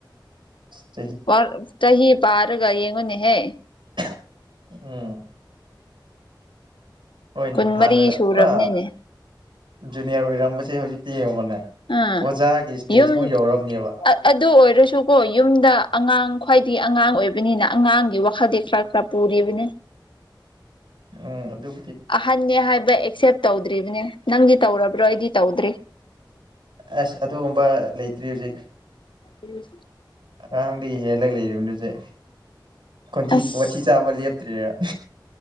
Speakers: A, on the right; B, on the left.
A: ꯑꯁ
B: ꯑꯣ ꯆꯍꯤ ꯄꯥꯔꯒ ꯌꯦꯡꯉꯣꯟꯅꯦ ꯍꯦ꯫
A: <unintelligible> ꯎꯝ ꯍꯣꯏꯅꯦ
B: ꯀꯨꯟꯃꯔꯤ
A: ꯍꯥꯟꯅ
B: ꯁꯨꯔꯕꯅꯤꯅꯦ
A: ꯄꯨꯔꯥ ꯖꯨꯅꯤꯌꯔ ꯑꯣꯏꯔꯝꯕꯁꯦ ꯍꯧꯖꯤꯛꯇꯤ ꯌꯦꯡꯉꯨꯕꯅꯦ
B: ꯑꯥ
A: ꯑꯣꯖꯥꯒꯤ ꯏꯁꯇꯦꯖ
B: ꯌꯨꯝ
A: ꯃꯨꯛ ꯌꯧꯔꯕꯅꯦꯕ꯫
B: ꯑꯗꯨ ꯑꯣꯏꯔꯁꯨꯀꯣ ꯌꯨꯝꯗ ꯑꯉꯥꯡ ꯈ꯭ꯋꯥꯏꯗꯒꯤ ꯑꯉꯥꯡ ꯑꯣꯏꯕꯅꯤꯅ ꯑꯉꯥꯡꯒꯤ ꯋꯥꯈꯜꯗꯤ ꯈꯔ ꯈꯔ ꯄꯨꯔꯤꯕꯅꯤ
A: ꯎꯝ ꯑꯗꯨ
B: ꯑꯍꯟꯅꯦ ꯍꯥꯏꯕ ꯑꯦꯛꯁꯦꯞ ꯇꯧꯗ꯭ꯔꯤꯕꯅꯦ ꯅꯪꯗꯤ ꯇꯧꯔꯕ꯭ꯔꯣ ꯑꯩꯗꯤ ꯇꯧꯗ꯭ꯔꯤ꯫
A: ꯑꯁ ꯑꯗꯨꯒꯨꯝꯕ ꯂꯩꯇ꯭ꯔꯤ ꯍꯧꯖꯤꯛ
B: ꯎꯝ
A: ꯑꯉꯥꯡꯗꯒꯤ ꯍꯦꯜꯂꯒ ꯂꯩꯔꯤꯕꯅꯦ ꯍꯧꯖꯤꯛ ꯈꯣꯟꯊꯤ
B: ꯑꯁ
A: ꯋꯥꯊꯤ ꯆꯥꯕ ꯂꯦꯞꯇꯔꯤꯔ꯫